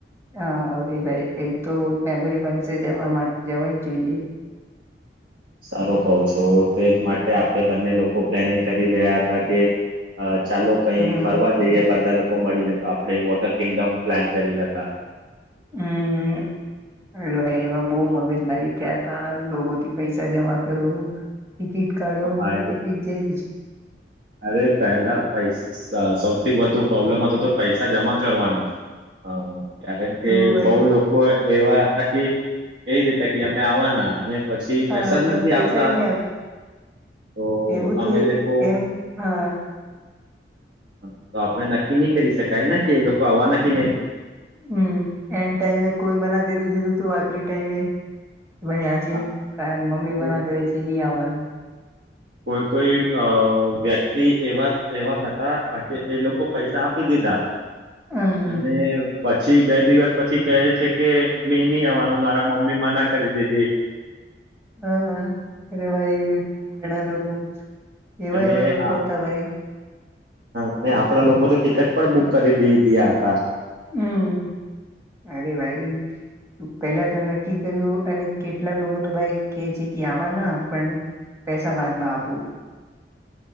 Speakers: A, on the right; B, on the right.
A: હા એ ભાઈ કઈ તો મેમરી બનશે જવા માટે જવાજ જોઈએ.
B: સારો કહો છો તેજ માટે આપણેે બંને લોકો પ્લેનિંગ કરી રહ્યા હતા કે ચાલો કઈ
A: હમ
B: ફરવા જઈએ બધા મળીને તો આપણે વોટર કિંગડમ પ્લાન કરી હતા.
A: હમ અ ભાઈ એમાં બહ મગજ મારી થયા તા લોકોથી પૈસા જમા કરો. ટિકિટ કાઢો
B: હા ભાઈ
A: ટિકિટ જઈ
B: અરે પહેલા પૈસા સૌથી વધુ પ્રોબ્લમ હતો તો પૈસા જમા કરવાનું.. હ કારણ કે
A: તો ભાઈ
B: બહુ લોકો એવા હતા કે કહી દેતા કે અમે આવવાના અને પછી
A: હા
B: પૈસા
A: પણ
B: જ નથી
A: પૈસાય
B: આપતા
A: નહી આપ
B: તો
A: હ એવું
B: અમે
A: તોું
B: લોકો
A: એમ હા
B: તો આપડણે નક્કી નહી કરી શકાય ને કે એ લોકો આવવાના કે નહીં.
A: હમ એન્ડ ટાઈમે કોઈ મના કરી દીધું તું આખરી ટાઈમે ભાઈ આજજીન
B: હા
A: ક મમ્મી
B: અરે
A: મના કરે છે નહી આવવા..
B: કોઈ કોઈ અ વ્યક્તિ એવા એવા હતા કે એ લોકો પૈસા આપી દીધા
A: હમ
B: અને પછી બે દિવસ પછી કહે છે. કે મેં નહી આવવાનું મારા મમ્મી મના કરી દીધી
A: હા અરે ભાઈ બહ ઘણા લોકો એવા
B: અને
A: એવા લોકો
B: હ
A: હતા ભાઈ
B: અને આપડા લોકો તો ટિકટ પણ બુક કરી દી દય હતા
A: હમ. અરે ભાઈ પેલા તો નક્કી કર્યું અને કેટલાક લોકો તો ભાઈ કેહે છે કે આવવા ના પણ પૈસા બાદમાં આપું